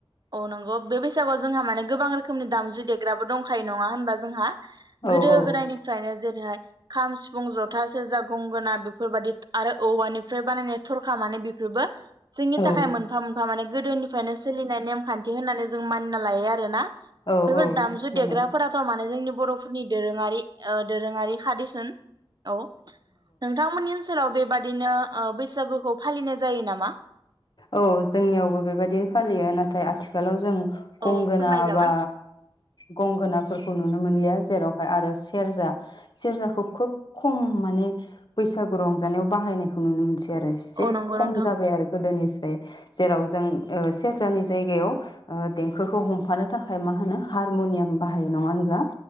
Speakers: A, on the right; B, on the left.
A: औ नंगौ बे बैसागुआव जोंहा माने गोबां रोख खोमनि दामजु देग्राबो दंखायो नङा होनबा जोंहा।
B: औ
A: गोदो
B: औ
A: गोदायनिफ्रायनो जेरैहाय। खाम सिफुं जथा सेरजा गंगोना बेफोरबायादि आरो औवानिफ्राय बानायनाय थरखा माने बेफोरबो। जोंनि
B: औ
A: थाखाय मोनफा-मोनफा माने गोदोनिफ्रायनो सोलिनाय नेमखान्थि होननानै जों मानिना लायो आरोना
B: औ
A: बेफोर
B: औ
A: दामजु
B: नंगौ
A: देग्राफोराथ' माने जोंनि। बर'फोरनि दोरोङारि ओ दोरोङारि। खादिसुन। <unintelligible> औ नोंथांमोननि ओनसोलाव बेबाद बिदिनो बैसागुखौ फालिनाय जायो नामा?
B: औ जोंनियावबो बेबायदिनो फालियो नाथाय आथिखालाव जों गंगोना
A: औ फोरमायजागोन
B: बा गंगोनाफोरखौ नुनो मोनलिया जेराव। आरो सेरजा सेरजाखौ खोब खम माने बैसागु रंजानायाव बाहायनायखौ नुनो मोनसि आरो एसे
A: औ नंगौ
B: खम
A: नोंथां
B: जाबाय आरो। गोदोनिस्राय जेराव जों ओ सेरजानि जायगायाव देंखोखौ हमफानो थाखाय मा होनो हारमुनियाम बाहायो नङा होनब्ला।